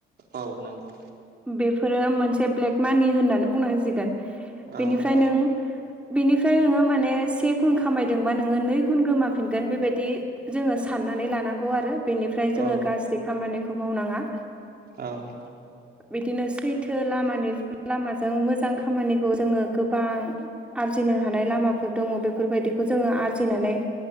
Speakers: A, on the right (about 55°); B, in the centre.
A: औ नंगौ।
B: बेफोरो मोनसे ब्लेक मानि होननानै बुंनांसिगोन।
A: औ
B: बेनिफ्राय
A: औ
B: नों बिनिफ्राय नोङो माने से गुन खामायदोंबा नोङो नै गुन गोमाफिनगोन बेबायदि जोङो साननानै लानांगौ आरो बेनिफ्राय जोङो
A: औ
B: गाज्रि खामानिखौ मावनाङा।
A: औ।
B: बिदिनो सैथो लामानि लामाजों जों मोजां खामानिखौ जोङो गोबां आरजिनो हानाय लामाफोर दङ बेफोरबायदिखौ जोङो आरजिनानै